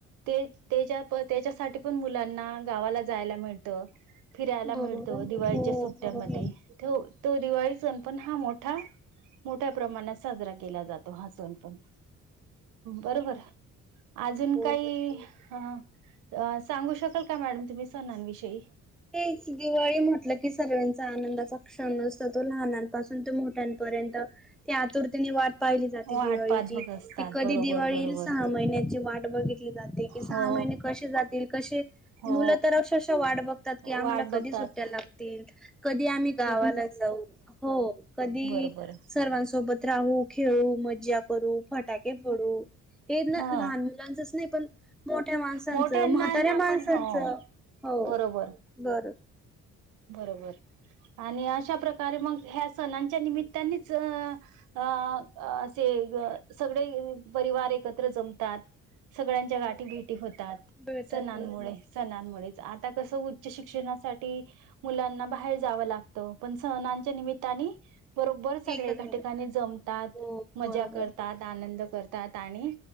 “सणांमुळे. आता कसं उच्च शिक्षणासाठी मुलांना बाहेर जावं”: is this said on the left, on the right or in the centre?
Right